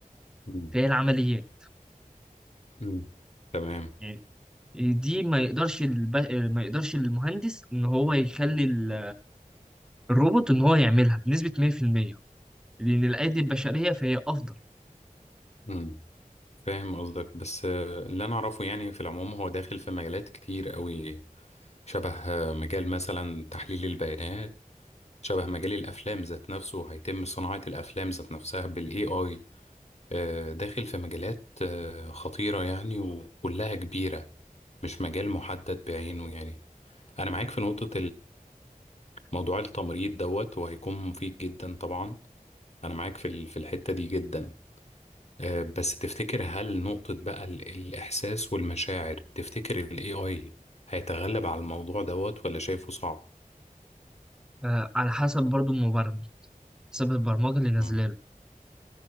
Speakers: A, on the left; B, in the centre.
A: مم.
B: فهي العمليات
A: مم. تمام
B: يعني دي ما يقدرش الب... ما يقدرش المهندس ان هو يخلي ال- الروبوت ان هو يعملها بنسبة 100% لان الايدي البشرية فهي افضل
A: مم. فاهم قصدك بس آه، اللي انا اعرفه يعني في العموم هو داخل في مجالات كتير قوي شبه آه، مجال مثلا تحليل البيانات شبه مجال الافلام ذات نفسه هيتم صناعة الافلام ذات نفسها بالاي اي داخل في مجالات آه، خطيرة يعني وكلها كبيرة مش مجال محدد بعينه يعني انا معاك في نقطة موضوع التمريض دوت وهيكون مفيد جدا طبعا انا معاك في ال- في الحتة دي جدا آه، بس تفتكر هل نقطة بقى ال- الإحساس والمشاعر تفتكر ال AI هيتغلب على الموضوع دوت ولا شايفه صعب؟
B: آه على حسب برضو المبرمج حسب البرمجة اللي نازله
A: مم.
B: له